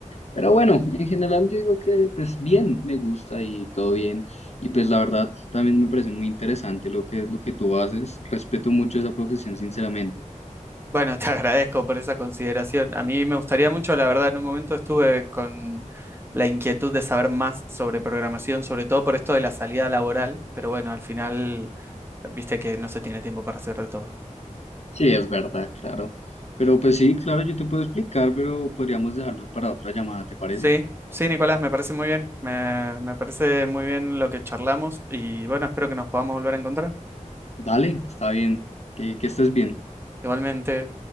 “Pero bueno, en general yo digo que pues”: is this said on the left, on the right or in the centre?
Left